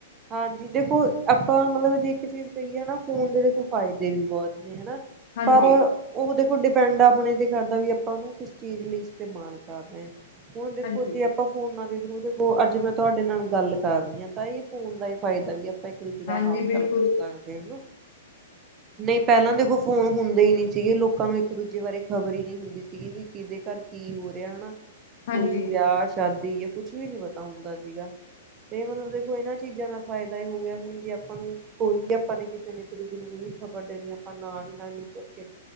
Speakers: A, on the right; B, on the left.
A: ਹਾਂਜੀ ਦੇਖੋ ਆਪਾਂ ਮਤਲਬ ਜੇ ਇੱਕ ਚੀਜ਼ ਕਹੀਏ ਨਾ ਫੋਨ ਦੇ ਦੇ ਕੋਲ ਫ਼ਾਇਦੇ ਵੀ ਬਹੁਤ ਨੇ। ਹਨਾ
B: ਹਾਂਜੀ।
A: ਪਰ ਉਹ ਦੇਖੋ ਡਿਪੈਂਡ ਆਪਣੇ ਤੇ ਕਰਦਾ ਵੀ ਆਪਾਂ ਉਹਨੂੰ ਕਿਸ ਚੀਜ਼ ਲਈ ਇਸਤੇਮਾਲ ਕਰ ਰਹੇ ਆ। ਹੁਣ ਦੇਖੋ
B: ਹਾਂਜੀ,
A: ਜੀ ਆਪਾਂ ਫੋਨਾਂ ਦੇ ਥਰੂ ਦੇਖੋ ਅੱਜ ਮੈਂ ਤੁਹਾਡੇ ਨਾਲ ਗੱਲ ਕਰ ਰਹੀ ਆ ਤਾਂ ਈ ਫੋਨ ਦਾ ਹੀ ਫਾਇਦਾ ਵੀ ਆਪਾਂ ਇੱਕ-ਦੂਜੇ ਦਾ
B: ਹਾਂਜੀ
A: ਹਾਲ-ਚਾਲ
B: ਬਿਲਕੁਲ,
A: ਪੁੱਛ ਸਕਦੇ ਹਨਾ। ਨਹੀਂ ਪਹਿਲਾਂ ਦੇਖੋ ਫੋਨ ਹੁੰਦੇ ਹੀ ਨੀ ਸੀਗੇ ਲੋਕਾਂ ਨੂੰ ਇੱਕ-ਦੂਜੇ ਬਾਰੇ ਖਬਰ ਈ ਨੀ ਹੁੰਦੀ ਸੀ। ਵੀ ਕਿਹਦੇ ਘਰ ਕੀ ਹੋ ਰਿਹਾ ਹਨਾ।
B: ਹਾਂਜੀ,
A: ਕੋਈ ਵਿਆਹ ਸ਼ਾਦੀ ਜਾਂ ਕੁਛ ਵੀ ਨਹੀਂ ਪਤਾ ਹੁੰਦਾ ਸੀਗਾ, ਤੇ ਮਤਲਬ ਦੇਖੋ ਇਹਨਾਂ ਚੀਜ਼ਾਂ ਦਾ ਫਾਇਦਾ ਹੀ ਹੋ ਗਿਆ ਹੁਣ ਜੇ ਆਪਾਂ ਨੂੰ ਕੋਈ ਆਪਾਂ ਨੇ ਕਿਸੇ ਨੇ ਇੱਕ-ਦੂਜੇ ਨੂੰ ਕੋਈ ਖ਼ਬਰ ਦੇਣੀ ਆਪਾਂ ਨਾਲ ਹੀ ਮ